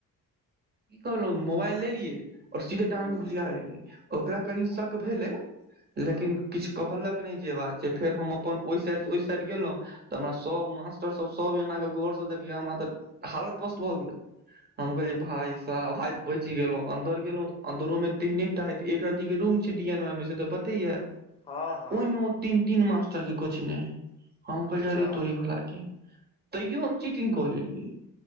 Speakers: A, on the right; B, on the left.
A: की कहलौं मोबाइल लेलियए और सीधे
B: हूँ
A: डांड़ मे घुसिया लेलीयै। ओकरा कनि शक भेलै लेकिन
B: हँ
A: किछ कहलक नइ जे बात छै, फेर हम अपन ओहि साइडस ओहि साइड गेलहुँ। तऽ हमरा सब मास्टर सब सब एनाक गौरस देखियै हमरा तऽ हालत पस्त भऽ गेल। हम कहलियै भाय साब आय बइच गेलों अंन्दर गेलो तऽ अंन्दरो में तेहने हैत एक रती के रूम छै डी एन वाइ मे से तऽ पतेया
B: हँ
A: ओइमे ओ तीन -तीन मास्टर के कोचने हम कहलियै
B: जा
A: अरे तोरी भाला के तैयो हम चीटिंग कऽ लेलिऐ।